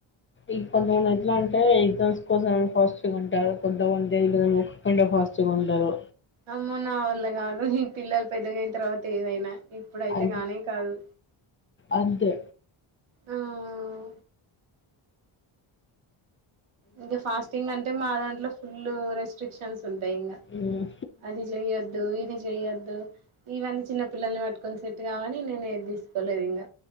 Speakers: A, on the left; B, on the right.
A: ఈ కొంతమంది ఎట్లా అంటే ఎగ్జామ్స్ కోసంమని ఫాస్టింగ్ ఉంటారు. కొంత మంది దేవుని కి మొక్కుకుంటే ఫాస్ట్ గ ఉంటారు.
B: అమ్మో నా వల్ల కాదు ఈ పిల్లలు పెద్దగాయిన తర్వాత ఏవైనా ఇప్పుడైతే
A: అన్
B: గానే కాదు
A: అంతే
B: ఆ ఆ ఆ ఇంకా ఫాస్టింగ్ అంటే మా దాంట్లో ఫుల్ రెస్ ప్రిక్షన్స్ ఉంటాయి ఇంకా
A: హ్మ్.
B: అది చెయొద్దు ఇది చెయ్యొ ద్దు ఇవన్నీ చిన్న పిల్లల్ని పట్టుకొని సెట్ కావని నేను ఏది తీసుకోలేదు ఇంగ